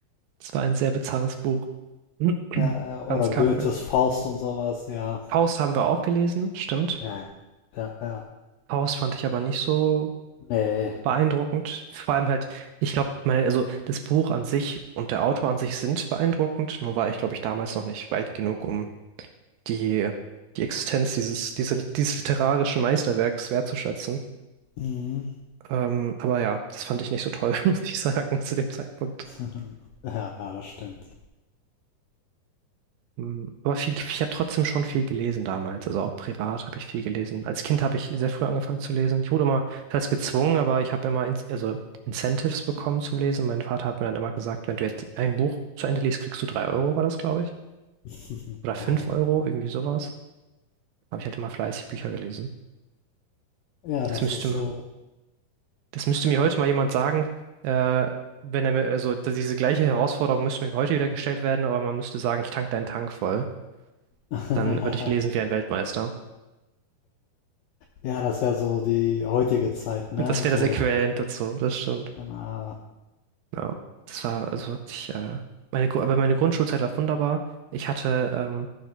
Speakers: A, on the right; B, on the left.
A: Es war ein sehr bizarres Buch. <clears throat>
B: Ja, ja, oder
A: Franz Kafka.
B: Goethes Faust und sowas, ja.
A: Faust haben wir auch gelesen, stimmt.
B: Ja. Ja, ja.
A: Faust fand ich aber nicht so
B: Nee.
A: beeindruckend. Vor allem halt, ich glaube, meine, also das Buch an sich und der Autor an sich sind beeindruckend, nur war ich, glaube ich, damals noch nicht weit genug, um die, die Existenz dieses, diese, dieses literarischen Meisterwerks wertzuschätzen.
B: Mhm.
A: Ähm, aber ja, das fand ich nicht so toll, <laughs> muss ich sagen, zu dem Zeitpunkt.
B: <laughs> Ja, ja, das stimmt.
A: Mm, Aber viel, ich habe trotzdem schon viel gelesen damals. Also auch privat habe ich viel gelesen. Als Kind habe ich sehr früh angefangen zu lesen. Ich wurde immer, das heißt gezwungen, aber ich habe immer in, also Incentives bekommen zum Lesen. Mein Vater hat mir dann immer gesagt, wenn du jetzt ein Buch zu Ende liest, kriegst du drei Euro, war das, glaube ich.
B: <laughs>
A: Oder fünf
B: Geil.
A: Euro, irgendwie sowas. Habe ich halt immer fleißig Bücher gelesen.
B: Ja,
A: Das
B: das
A: müsste,
B: ist
A: mir-
B: so.
A: das müsste mir heute mal jemand sagen, äh, wenn er mir, also dass diese gleiche Herausforderung müsste mir heute wieder gestellt werden, aber man müsste sagen, ich tank deinen Tank voll.
B: <laughs>
A: Dann würde ich lesen wie ein Weltmeister.
B: Ja, das wäre so die heutige Zeit, ne?
A: Und das wäre
B: So,
A: das Äquivalent dazu, das stimmt.
B: genau.
A: Ja, das war also wirklich, äh, meine, Gru- aber meine Grundschulzeit war wunderbar. Ich hatte ähm,